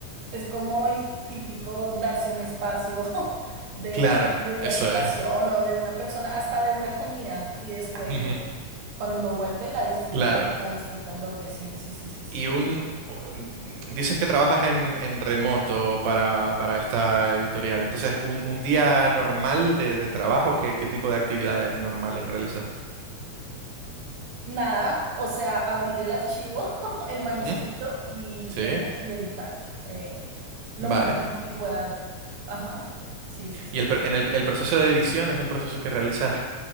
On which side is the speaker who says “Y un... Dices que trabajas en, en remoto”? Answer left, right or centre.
Right